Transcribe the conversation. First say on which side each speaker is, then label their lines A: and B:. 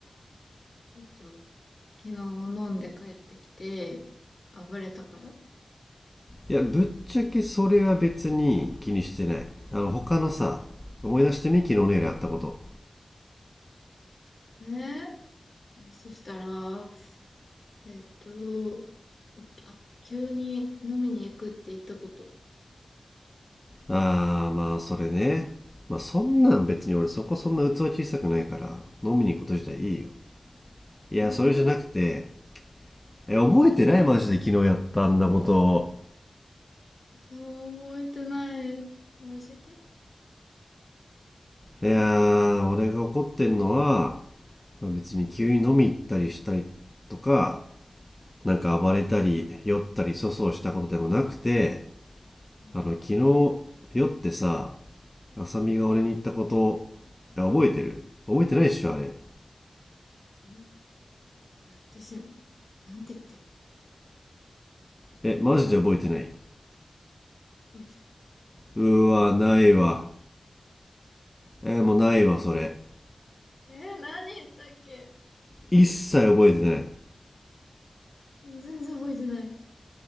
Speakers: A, on the left (about 50°); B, on the left (about 20°).
A: えっと、昨日飲んで帰ってきて、暴れたから。
B: いやぶっちゃけそれは別に気にしてないあの他のさ思い出してみ昨日の夜やったこと
A: ねええそしたら、えっと、あ、急に飲みに行くって言ったこと。
B: あーまあそれねまあそんなん別に俺そこそんな器小さくないから飲みに行くこと自体いいよいやそれじゃなくて
A: ええ
B: え覚えてないマジで昨日やったあんなこと
A: もう覚えてない。教えて。
B: いやー俺が怒ってんのはまあ別に急に飲み行ったりしたりとかなんか暴れたり酔ったり粗相したことでもなくて
A: うん。
B: あの昨日酔ってさ浅見が俺に言ったこといや覚えてる覚えてないっしょあれ
A: え、私、なんて言った
B: えマジで覚えてない
A: 覚えてない。
B: うわないわえもうないわそれ
A: えー何言ったっけ
B: 一切覚えてない
A: 全然覚えてない。